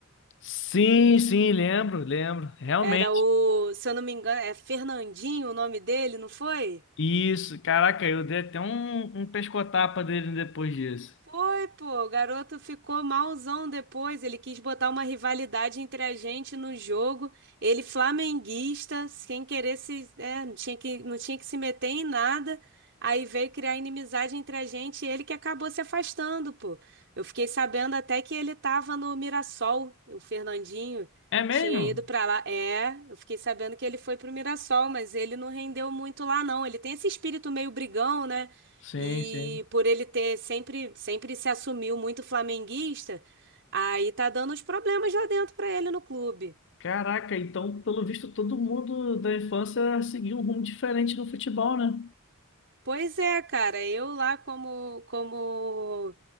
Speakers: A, on the left; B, on the right.
A: Sim, sim, lembro, lembro. Realmente.
B: Era o, se eu não me engano, é Fernandinho o nome dele, não foi?
A: Isso, caraca, eu dei até um, um pescotapa dele depois disso.
B: Foi, pô, o garoto ficou malzão depois. Ele quis botar uma rivalidade entre a gente no jogo. Ele flamenguista, sem querer se, é, não tinha que, não tinha que se meter em nada. Aí veio criar inimizade entre a gente e ele que acabou se afastando, pô. Eu fiquei sabendo até que ele tava no Mirassol, o Fernandinho
A: É
B: tinha
A: mesmo?
B: ido pra lá. É, eu fiquei sabendo que ele foi pro Mirassol, mas ele não rendeu muito lá, não. Ele tem esse espírito meio brigão, né?
A: Sim,
B: E
A: sim.
B: por ele ter sempre, sempre se assumiu muito flamenguista, aí tá dando uns problemas lá dentro pra ele no clube.
A: Caraca, então, pelo visto, todo mundo da infância seguiu um rumo diferente no futebol, né?
B: Pois é, cara, eu lá como, como